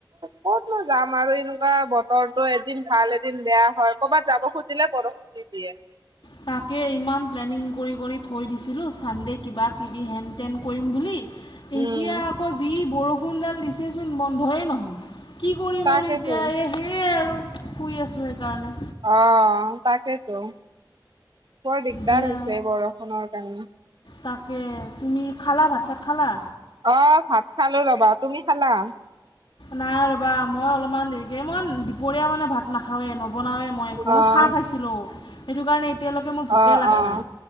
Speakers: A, on the right; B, on the left.
A: ক'ত মই যাম আৰু এনেকুৱা বতৰটো এদিন ভাল, এদিন বেয়া হয়, কৰ'বাত যাব খুজিলে বৰষুণ দি দিয়ে।
B: তাকে ইমান প্লেনিং কৰি কৰি থৈ দিছিলোঁ, চানডে কিবা কিবি হেন তেন কৰিম বুলি
A: উম
B: এতিয়া আকৌ যি বৰষুণডাল দিছেচোন বন্ধই নহয়। কি কৰিম
A: তাকেতো
B: আৰু এতিয়া, এই সেয়াই আৰু শুই আছোঁ সেইকাৰণে।
A: অ', তাকেইতো, বৰ দিগদাৰ
B: দিয়া
A: হৈছে বৰষুণৰ কাৰণে।
B: তাকে তুমি খালা, ভাত-চাত খালা?
A: অ', ভাত খালো ৰ'বা, তুমি খালা?
B: নাই ৰ'বা, মই অলপমান দেৰিকে ইমান দুপৰীয়া মানে ভাত নাখাৱেই নবনাওঁৱে মই একো, মই
A: অ'
B: চাহ খাইছিলোঁ সেইটো কাৰণে এতিয়ালৈকে মোৰ ভোকে
A: অ'
B: লগা
A: অ'
B: নাই।